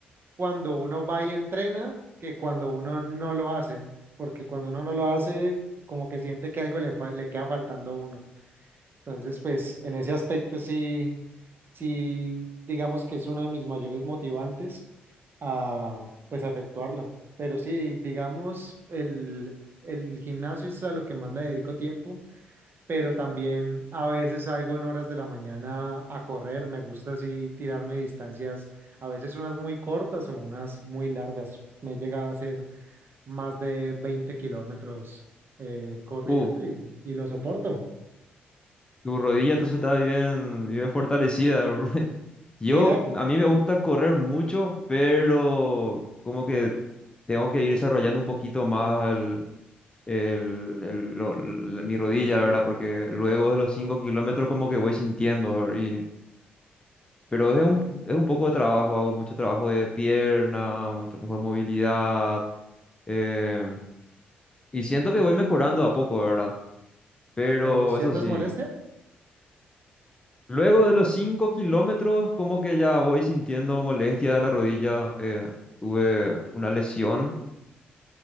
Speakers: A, on the right; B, on the left.
A: cuando uno va y entrena que cuando uno no lo hace, porque cuando uno no lo hace, como que siente que algo le, fal- le queda faltando a uno. Entonces, pues en ese aspecto sí, sí, digamos que es uno de mis mayores motivantes a, pues, a efectuarlo. Pero sí, digamos, el, el gimnasio es a lo que más le dedico tiempo pero también a veces salgo en horas de la mañana a correr. Me gusta así tirarme distancias, a veces unas muy cortas o unas muy largas. Me he llegado a hacer más de 20 kilómetros eh, corriendo
B: Uh,
A: y, y lo soporto.
B: tu rodilla entonces está bien, bien fortalecida. <laughs> Yo,
A: Mira,
B: a mí me gusta correr mucho, pero como que tengo que ir desarrollando un poquito más el, el- el- lo- la- mi rodilla, ¿verdad? Porque luego de los 5 kilómetros como que voy sintiendo, ¿verdad? Y- pero es un, es un poco de trabajo, hago mucho trabajo de pierna, un trabajo de movilidad, em, y siento que voy mejorando de a poco, ¿verdad? Pero
A: pero ¿sientes
B: eso sí.
A: molestia?
B: Luego de los 5 kilómetros, como que ya voy sintiendo molestia de la rodilla. eh, tuve una lesión,